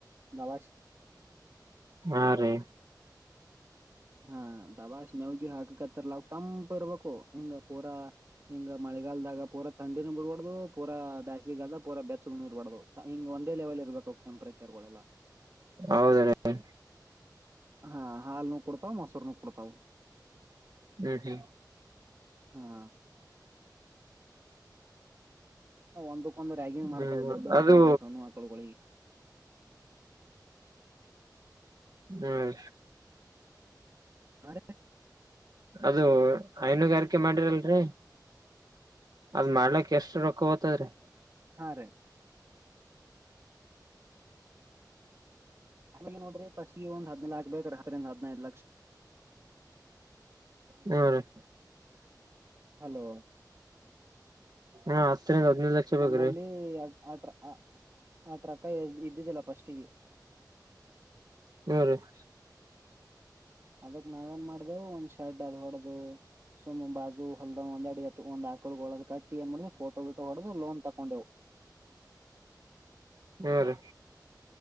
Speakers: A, on the right (about 40°); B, on the right (about 60°).
A: ಲವಾಶ.
B: ಹಾ ರೀ
A: ಹಾ -ದವಾಶ್ಮ್ಯಾವುಗೆ ಹಾಕ. ತಂಪ ಇರ್ಬೇಕು ಹಿಂಗ ಪೂರಾ ಹಿಂಗ ಮಳೆಗಾಲದಾಗ ಪೂರಾ ತಂಡಿನ ಬಿಡ್ಬಾರಡ್ದು ಪೂರಾ ಬೇಸಿಗೆಗಾಲದ ಪೂರ ಬೆಚ್ಚಗ ನೀ ಇರ್ಬಾರ್ದದು ಹಿಂಗ ಒಂದೇ ಲೆವೆಲ್ ಇರ್ಬೇಕು ಟೆಂಪ್ರೇಚರ್ಗಳೆಲ್ಲ.
B: ಹೌದ -ರೀ-
A: ಹಾ -ಹಾಲ್ನು ಕೊಡ್ತಾವ ಮೊಸರ್ನು ಕೊಡ್ತಾವ.
B: ಹ್ಮ್ -ಹ್ಮ್
A: ಹಾ ಒಂದಕ್ಕೊಂದು ರ್ಯಾಗಿಂಗ್ ಮಾಡ್ತಾವ
B: ಹ್ಮ್
A: ದೊಡ್ಡ
B: ಅದು
A: ಆಕಳುಗಳು ಸಣ್ಣ ಆಕಳುಗಳಿಗೆ.
B: ಹ್ಮ್
A: ಹ- <unintelligible> ರ
B: ಅದು ಹೈನುಗಾರಿಕೆ ಮಾಡಿರಲ್ರಿ. ಅದ್ ಮಾಡ್ಲಾಕ್ ಎಷ್ಟು ರೊಕ್ಕ ತದ್ರೀ.
A: ಹಾ- ರೀ. ಅ -ನೋಡ್ರಿ ಫಸ್ಗೆ ಒಂದ್ ಹದ್ನ ಲಾಕ್ ಬೇಕ್ರ ರಾತ್ರಿ ಒಂದ್ ಹದ್ನೈದ್ ಲಕ್ಷ.
B: ಹ್ಮ್ -
A: ಹಲೋ
B: ಹ್ಮ ಹತ್ತರಿಂದ ಹದ್ನೈದು ಲಕ್ಷ
A: ನಂಬಲ್ಲಿ
B: ಬೇಕ್ರೀ
A: ಆ -ಟ್ರ- ಆ -ಟ್ರಕ್ಕ ಇದ್ದಿದ್ದಲ್ಲ ಫಸ್ಟ್ಗೆ
B: ಹ್ಮ್ -
A: ಅದಕ್ ನಾವ ಏನ್ ಮಾಡ್ದವು ಒಂದ್ ಶರ್ಟ್ ಅದ್ ಹೊಡ್ದದು ಸುಮ್ ಬಾಜು ಹ ಹೊಲ್ದ್ ಒಂದ್ ಅಡಿ. ಒಂದ್ ಆಕಳಗ್ ಒದ ಕಟ್ಟಿ ಏನ್ ಮಾಡ ಫೋಟೋ ವೀಟೋ ಹೊಡದು ಲೋನ್ ತಕೊಂಡೆವು.
B: ಹ್ಮ- ರೀ